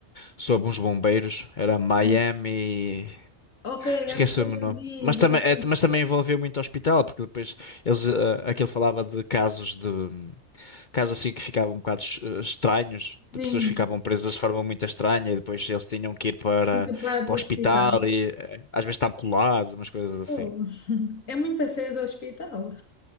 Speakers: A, on the left; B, on the left.
A: sobre uns bombeiros. Era Miami.
B: Sim. Ok,
A: Esqueci-me
B: acho que eu já
A: o nome.
B: vi,
A: Mas
B: já
A: também,
B: vi,
A: é- mas também envolveu muito hospital, porque depois eles, eh, aquilo falava de casos de. hum, casos assim que ficavam um bocado eh, estranhos, de
B: sim,
A: pessoas que ficavam presas de forma muito estranha e depois eles tinham que ir para,
B: tem que parar
A: para
B: para
A: o
B: o
A: hospital
B: hospital.
A: e eh, às vezes estavam colados, umas coisas assim.
B: Oh, <laughs> é muito cedo do hospital.